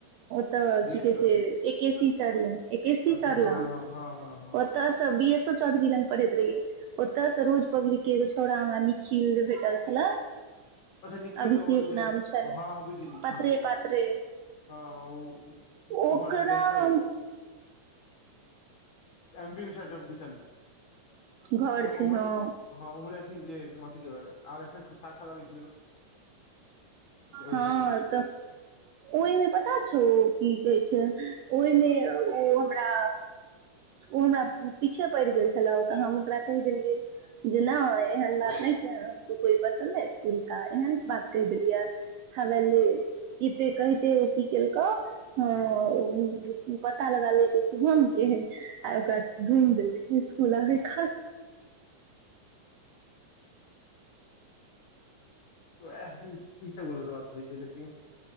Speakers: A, on the right; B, on the left.
A: तऽ
B: बी
A: की
B: एस
A: कहे
B: चौधरी
A: छै एक के सी सरले एकस सी
B: अच्छा
A: सर
B: हँ
A: ल
B: हँ हँ हँ हँ
A: ओतऽसँ बी एस चौधरी लग पढ़ैत रहिय ओते स रोज पब्लिक के एगो छौड़ा हमरा निखिल जे भेटल छले
B: अच्छा निखिल
A: अभिषेक
B: ओ जे
A: नाम छलै
B: हां हां बुझ गेलये
A: पातरे पातरे
B: हाँ ओ
A: ओकरा
B: उमहर की कहेछै
A: हम
B: एम पी रोक दिसन
A: घर
B: उमहरे
A: छै हँ
B: हाँ उमहरे जे आरएसएसक शाखा लगाई छै ओहिसँ
A: हां
B: जीने छलियै
A: तऽ ओहिमे पता छौ की कहे छै ओहिमे ओ हमरा हमरा पीछे पड़ि गेल छलौ तऽ हम ओकरा कहि देलियै जे नइ एहन बात नहि छै हमको कोई पसन्द है इकुल एहन बात कहि देलियै हवे ले एते कहिते ओ की केलकौ हां पता लगा लेलकौ शुभम के आ ओकरा ढूनि देलकौ स्कुल अबे खा
B: ओ ह इस इस बो देबात हो